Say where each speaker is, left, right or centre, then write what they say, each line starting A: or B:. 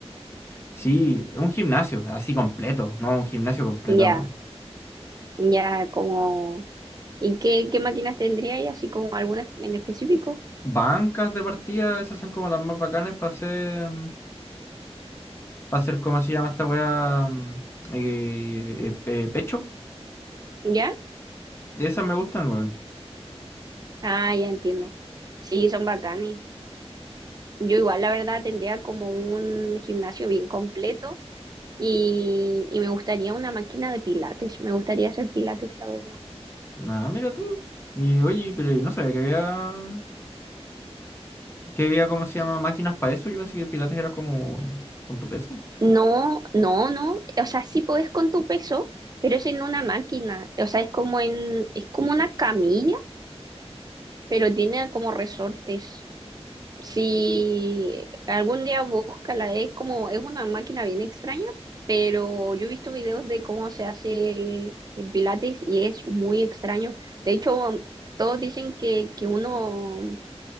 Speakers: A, on the left (about 20°); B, on the right (about 35°).
A: Sí, un gimnasio, así completo, no, un gimnasio completo,
B: Ya,
A: weón.
B: ya, como... ¿Y qué, qué máquinas tendríais? Así como alguna en específico.
A: bancas de partida, esas son como las más bacanas para hacer, para hacer, ¿cómo se llama esta weá? Mm, eh, eh, eh, pecho.
B: ¿Ya?
A: De esas me gustan, weón.
B: Ah, ya entiendo. Sí, son bacanes. Yo igual, la verdad, tendría como un gimnasio bien completo y, y me gustaría una máquina de pilates. Me gustaría hacer pilates, la verdad.
A: Nada, mira tú. Y oye, pero no sabía que había, que había, ¿cómo se llama? Máquinas para eso. Yo pensé que Pilates era como con tu peso.
B: No, no, no. O sea, sí podés con tu peso, pero es en una máquina. O sea, es como en, es como una camilla, pero tiene como resortes. Si algún día búscala, es como, es una máquina bien extraña, pero yo he visto videos de cómo se hace el pilates y es muy extraño. De hecho, todos dicen que, que uno,